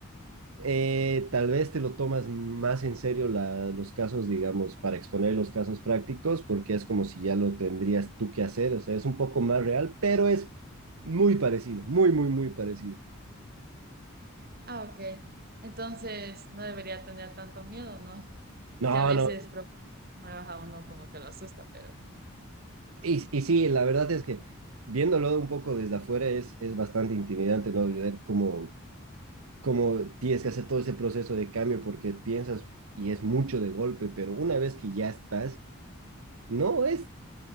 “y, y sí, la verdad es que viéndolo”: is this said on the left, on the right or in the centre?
Right